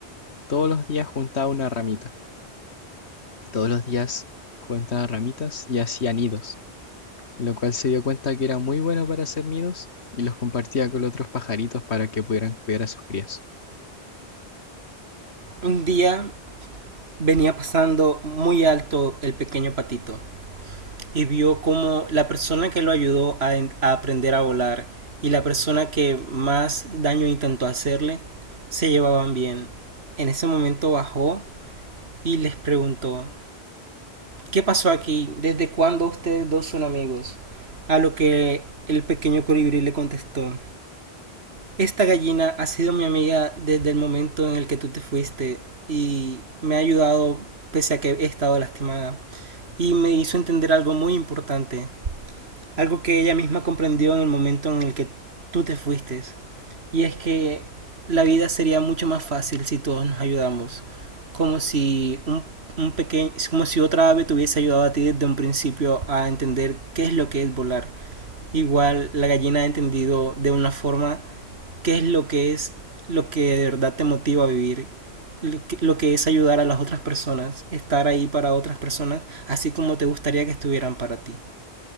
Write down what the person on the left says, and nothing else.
todos los días juntaba una ramita, todos los días juntaba ramitas y hacía nidos, lo cual se dio cuenta que era muy bueno para hacer nidos y los compartía con otros pajaritos para que pudieran cuidar a sus crías.